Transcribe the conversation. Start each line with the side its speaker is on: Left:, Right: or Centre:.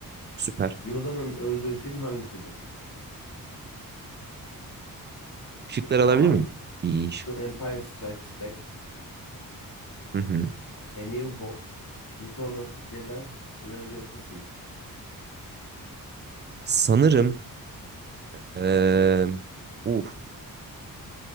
Right: Süper.
Left: Yoda'nın öldüğü film hangisidir?
Right: Şıkları alabilir
Left: A.
Right: miyim? İyi şık.
Left: The Empire Strikes Back.
Right: Hı hı.
Left: A New Hope. Return of the Jedi. Revenge of the Sith.
Right: Sanırım eee uf,